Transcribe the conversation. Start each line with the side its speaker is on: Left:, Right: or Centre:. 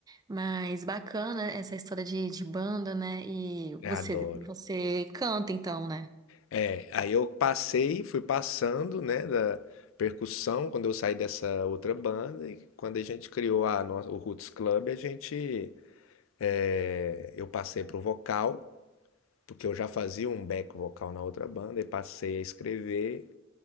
Right: Mas bacana essa história de, de banda, né? E
Left: Eu
Right: você,
Left: adoro.
Right: você canta então, né?
Left: É, aí eu passei, fui passando, né, da percussão quando eu saí dessa outra banda e quando a gente criou a nossa, o Roots Club, a gente é, eu passei pro vocal, porque eu já fazia um back vocal na outra banda e passei a escrever